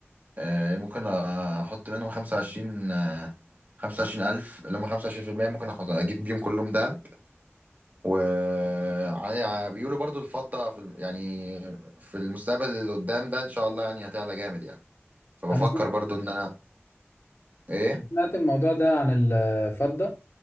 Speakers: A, on the right; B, on the left.
A: آه، ممكن احط منهم 25 آه، 25000 اللي هم 25% ممكن احط اجيب بيهم كلهم دهب و يعني بيقولوا برضو الفضة في الم- يعني في المستقبل اللي قدام ده ان شاء الله يعني هتعلى جامد يعني فبفكر
B: انا سم-
A: برضو ان انا ايه
B: سمعت الموضوع ده عن الفضة